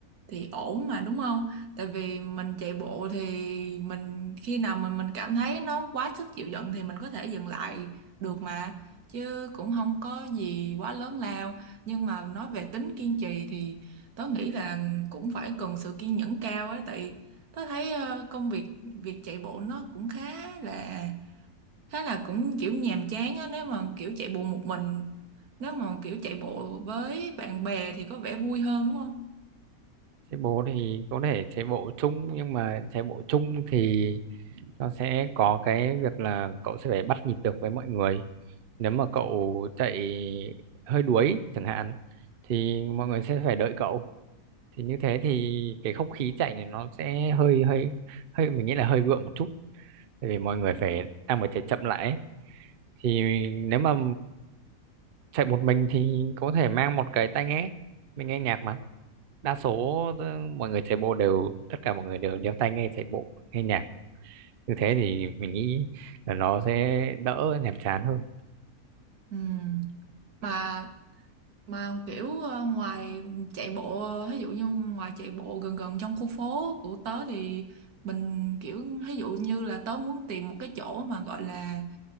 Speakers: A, on the right; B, on the right.
A: thì ổn mà đúng không? Tại vì mình chạy bộ thì mình khi nào mà mình cảm thấy nó quá sức chịu đựng thì mình có thể dừng lại được mà chứ cũng không có gì quá lớn lao nhưng mà nói về tính kiên trì thì tớ nghĩ là cũng phải cần sự kiên nhẫn cao ấy tại tớ thấy ờ, công việc việc chạy bộ nó cũng khá là thế là cũng kiểu nhàm chán á nếu mà kiểu chạy bộ một mình nếu mà kiểu chạy bộ với bạn bè thì có vẻ vui hơn đúng không
B: chạy bộ thì có thể chạy bộ chung nhưng mà chạy bộ chung thì nó sẽ có cái việc là cậu sẽ phải bắt nhịp được với mọi người nếu mà cậu chạy hơi đuối chẳng hạn thì mọi người sẽ phải đợi cậu thì như thế thì cái không khí chạy này nó sẽ hơi hơi hơi mình nghĩ là hơi gượng một chút tại vì mọi người phải đang phải chạy chậm lại ấy. thì nếu mà chạy một mình thì có thể mang một cái tai nghe mình nghe nhạc mà đa số ờ, mọi người chạy bộ đều tất cả mọi người đều đeo tai nghe chạy bộ nghe nhạc như thế thì mình nghĩ là nó sẽ đỡ nhàm chán hơn
A: ừ. mà mà kiểu ờ, ngoài chạy bộ ví dụ như ngoài chạy bộ gần gần trong khu phố của tớ thì mình kiểu ví dụ như là tớ muốn tìm một cái chỗ mà gọi là